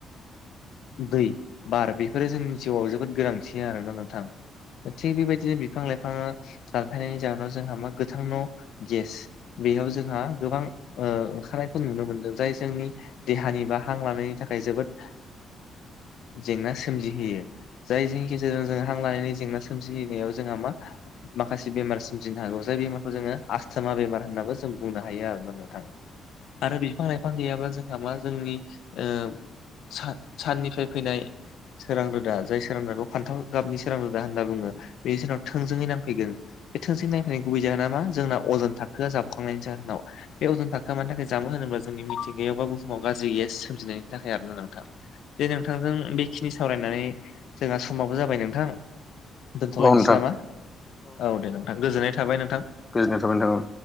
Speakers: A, on the left; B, on the left.
A: दै बार बेफोरो जोंनि जिउआव जोबोद गोनांथि आरोना नोंथां। थिग बेबायदिनो बिफां लाइफाङा दानफायनायनि जाहोनाव जोंहा मा गोथां न' गेस बेयाव जोंहा गोबां ओंखारनायखौ नुनो मोनदों जाय देहानि बा हां लानायनि थाखाय जोबोद जेंना सोमजिहोयो। जायनि गेजेरजों जों हां लानायनि जेंना सोमजिनायाव जोंहा मा माखासे बेमार सोमजिनो हागौ जाय बेमारखौ जोंङो आसस्थमा बेमार होननाबो जों बुंनो हायो आरो माने। थां आरो बिफां लाइफां गैयाब्ला जोंहा मा जोंनि ओ सा-साननिफ्राय फैनाय सोरां रोदा जाय सोरां रोदाखौ फान्थाव गाबनि सोरां रोदा होनना बुंङो बे जोंनाव थोंजोङै नांफैगोन। बे थोंजों नायफैनाय गुबै जाहोना मा जोंना अजन थाखोआ जाबखांनायनि जाहोनाव। बे अजन थाखोआ मानि थाखाय जामो होनोब्ला जोंनि मिथिंगायाव बा बुहुमाव गाज्रि गेज सोमजिनायनि थाखाय आरोना नोंथां। जे नोंथांजों बेखिनि सावरायनानै जोंहा समाबो जाबाय नोंथां दोनथ'लायनोसै
B: औ नोंथां
A: नामा? औ दे नोंथां गोजोननाय थाबाय नोंथां।
B: गोजोन्नाय थाबाय नोथां।